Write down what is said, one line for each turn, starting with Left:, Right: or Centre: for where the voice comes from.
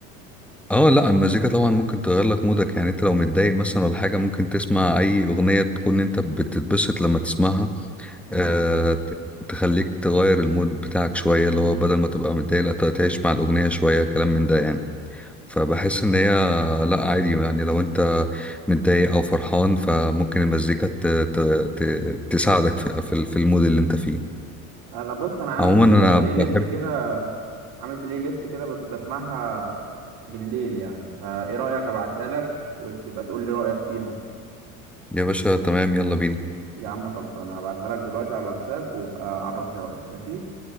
Centre: اه لا المزيكا طبعا ممكن تغير لك مودك يعني انت لو متضايق مثلا ولا حاجه ممكن تسمع اي اغنيه تكون انت بتتبسط لما تسمعها
Right: مم.
Centre: آه ت- تخليك تغير المود بتاعك شويه اللي هو بدل ما تبقى متضايق لا ت- تعيش مع الاغنيه شويه كلام من ده يعني فبحس ان هي لا عادي يعني لو انت متضايق او فرحان فممكن المزيكا ت... ت... ت... تساعدك في... في في المود اللي انت فيه
Right: انا بص انا عامل
Centre: عموما انا
Right: بلاي
Centre: بحب
Right: ليست كده عامل بلاي ليست كده بت- بسمعها بالليل يعني فايه رأيك ابعتها لك وتبقى تقول لي رأيك فيها
Centre: يا باشا تمام يلا بينا
Right: يا عم خلصانه هبعتها لك دلوقتي على الواتساب وابقى عرفني رأيك ماشي